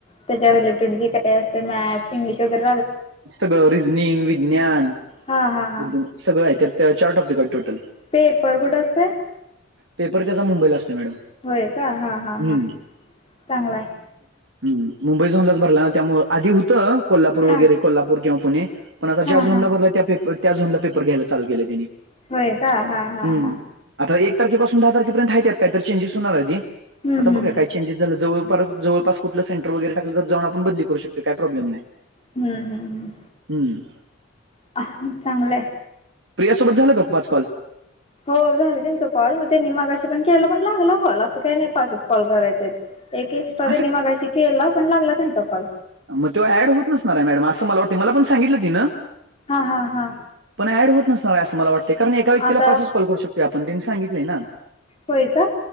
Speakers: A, on the left; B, on the right.
A: त्याच्या रिलेटेड <inaudible> मॅथ्स इंग्लिश वगैर
B: सगळं रिजनिंग विज्ञान
A: हां, हां, हां.
B: बुद्धि सगळं आहे त्यात चार टॉपिक आहेत टोटल
A: पेपर कुठं असतोय
B: पेपर त्यांचा मुंबईला असतोय मॅडम
A: होय का हा हां
B: हम्म.
A: हां चांगलाय
B: ह मुंबई झोनलाच भरला ना त्यामुळं आधी होतं कोल्हापूर
A: हां,
B: वगैरे कोल्हापूर किंवा पुणे पण आता
A: हां,
B: ज्या झोनला
A: हां.
B: भरला त्या त्या झोनला पेपर घ्यायला चालू केलं त्यांनी
A: होय का हा हा
B: हम्म.
A: हा
B: आता एक तारखेपासून दहा तारखेर्यंत हाय त्यात काहीतरी चेंजेस होणार हायती
A: हम्म
B: आता
A: हम्म
B: बघूया
A: हम्म
B: काय चेंजेस झालं जवळप जवळ पास कुठलं सेंटर वगैरे टाकलं तर जाऊन आपण बदली करू शकतो काही प्रॉब्लेम नाही.
A: हम् हम्,
B: हम्म,
A: ह, चांगलंय.
B: प्रियासोबत झालं का पाच कॉल.
A: हो झालं त्यांचा कॉल मग त्यांनी मगाशी पण केला पण लागला कॉल असं काही नाही पाच कॉल करायचे हाय. एक एक्स्ट्रा त्यांनी
B: असं
A: मगाशी केला पण लागला त्यांचा कॉल.
B: मग तो ऍड होत नसणार हे मैडम आहे असं मला वाटतं मला पण सांगितल तिनं.
A: हा हा हा,
B: पण ऍड होत नसणार आहे असं मला वाटत कारण एका व्यक्तीला
A: आता
B: पासच कॉल करू शकतो आपण त्यांनी सांगितलंय ना.
A: होय का,